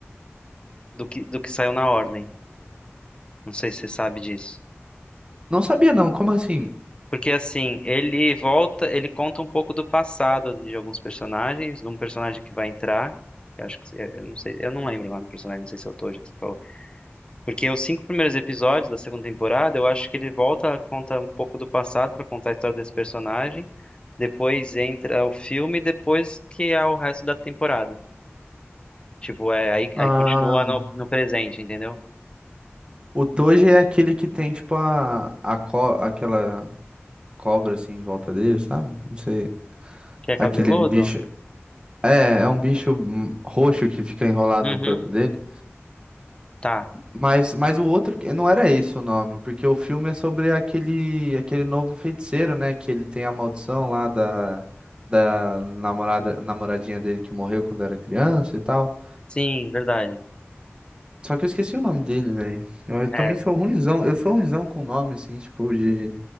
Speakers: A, on the left; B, on the right.
A: Do que, do que saiu na ordem. Não sei se você sabe disso.
B: Não sabia não. Como assim?
A: Porque assim, ele volta, ele conta um pouco do passado de alguns personagens, de um personagem que vai entrar. Eu acho que se- eu não sei, eu não lembro o nome do personagem, não sei se é o Toji que você falou. Porque os cinco primeiros episódios da segunda temporada, eu acho que ele volta, conta um pouco do passado para contar a história desse personagem. Depois entra o filme, e depois que é o resto da temporada. Tipo, é aí,
B: Ah.
A: aí continua no, no presente, entendeu?
B: O Toji é aquele que tem, tipo, a, a co- aquela cobra, assim, em volta dele, sabe? Não sei.
A: Que é
B: Aquele
A: cabeludo?
B: bicho. É, é um bicho hum, roxo que fica enrolado
A: Uhum.
B: no corpo dele.
A: Tá.
B: Mas, mas o outro, que- não era esse o nome, porque o filme é sobre aquele, aquele novo feiticeiro, né? Que ele tem a maldição lá da, da namorada, namoradinha dele que morreu quando era criança e tal.
A: Sim, verdade.
B: Só que eu esqueci o nome dele, velho. Eu, eu também
A: É,
B: sou ruinzão, eu sou ruinzão com nome, assim, tipo, de...